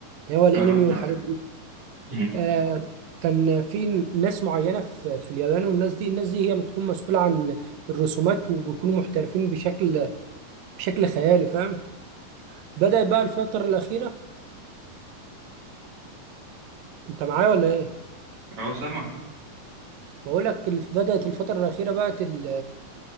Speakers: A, on the right; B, on the right.
A: اللي هو الانمي
B: اه
A: والحاجات
B: عارف
A: دي
B: أمم.
A: آه، كان في ناس معينه في في اليابان والناس دي الناس دي هي اللي بتكون مسؤوله عن الرسومات وبيكونوا محترفين بشكل بشكل خيالي فاهم بدأت بقى الفترة الأخيرة أنت معايا ولا إيه؟
B: <laughs> اهو سامع
A: بقول لك الف- بدأت الفترة الأخيرة بقى ال-